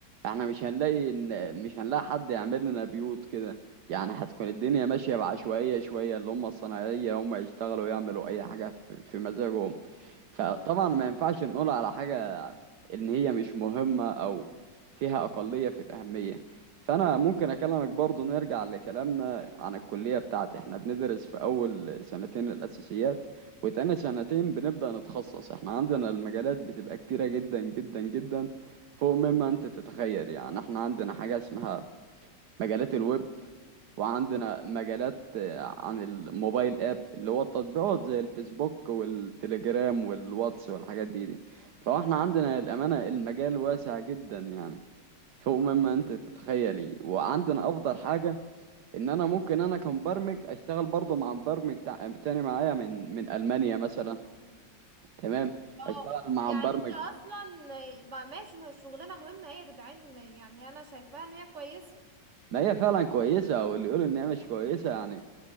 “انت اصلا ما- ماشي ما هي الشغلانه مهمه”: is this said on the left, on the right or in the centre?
Right